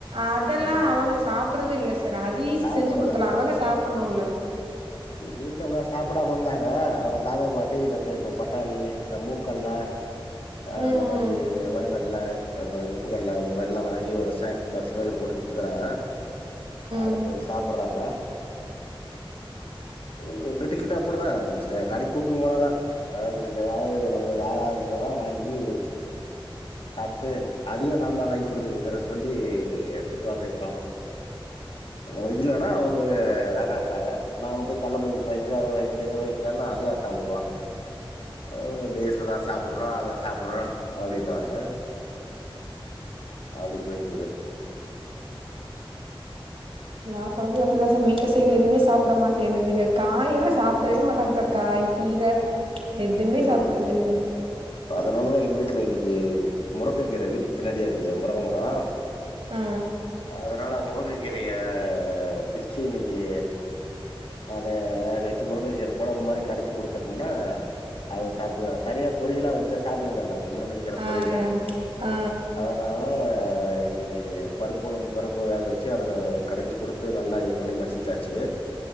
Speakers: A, on the right; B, on the left.
A: அதெல்லா
B: அ
A: அவங்க சாப் பறது இல்ல சார் அது ஈஸி
B: சாப்பிடுறதுல்ல
A: செஞ்சி குடுத்துருலா அவங்க சாப்பண்ணும் இல்ல
B: எங்க வீட்லயு அப்டிதா சாப்படாம இந்தாங்க அவங்க தாத்தா பாட்டி கொஞ்சம் இப்ப பட்டானி இந்த மூக்கல்ல ஆ
A: ம்
B: அந்த மாரி
A: ம்
B: வரு க ல்ல அந்த உப்புக்கல்ல அந்த மாரில்லா வாங்கி ஒரு ஸ்நாக்ஸ் பாக்ஸ் மாரி போட்டு குடுத்துக்கிறாங்க அத
A: ம்
B: கொஞ்சம் சாப்படறாங்க ம் எங்க டிக்கட்டும் அப்டிதா சே கடைக்கு கூட்டுன்னு போனாதா பழ கடைக்கு எதாவது நம்பளுக்கு ஆகாதததா வாங் கி சாப்ட்டு அதையும் நாந்தான் வாங்கி குடுத்துட்டுருக்கிற சொல்லி திட்டுவாங்க வைப்பாங்க ஒ இல்லன்னா அவங்க வேணான்றாங்க நா அவங்க போய் கள்ள பறிப்பு வாங்க்கி அத வாங்க்கி இத வாங்க்கினா அத யார் சாப்டுவா
A: <inaudible>
B: அங்க லேசுதா சாப்பிடுறோ அத சாப்பிடுற அப்டின்னுவாங்க அப்டி போய்ட்டு இருக்கு
A: எல்லா கொழந்தையு அப்டிதா சார் வீட்ல செய்யத எவுமே சாப்ட் சாப்பிட மாட்டேண்டுதுங்க காயெல்லா சாப்பிடவே மாட்டாங்க சார் காய் கீர எதுவுமே
B: ஓ
A: சாப்பறது இல்ல
B: அதனாலதா எங்க வீட்ல இன்னைக்கு முருங்ககீற வீட்டுக்கு பின்னாடியா இருக்குது முருங்க மரம்
A: ஆ
B: அதனால அங்க போங்கி கீரைய பிச்சு இன்னைக்கு அதை வேகச்சி முருகை கீரை குழம்பு மாதிரி கடைஞ்சு குடுத்துட்டோம்னா அத சாப்பிட்டு வாங்க தனியா பொரியல்லா வச்சா சாப்பறதுல்ல முருங்கைக் கீரை
A: ஆ
B: பொரியல
A: ஆ
B: அதனால இன்னைக்கு பருப்புளம் பருப்புக வச்சு அதுல கடைஞ்சு குடுத்து நல்லா இது பண்ணி மசிச்சாச்சு